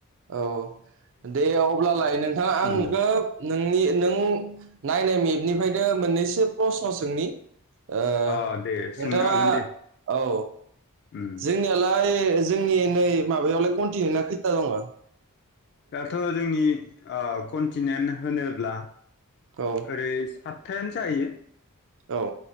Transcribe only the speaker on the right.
औ औ दे अब्लालाय नोंथांङा आं
नखौ नोंनि नों नायनाय मेपनिफ्रायनो मोननैसो प्रस्न' सोंनि ओ
नोंथांङा
औ
जोंनियालाय जोंनि नै माबायावलाय कन्टिनिनना खैथा दंङ?
औ
औ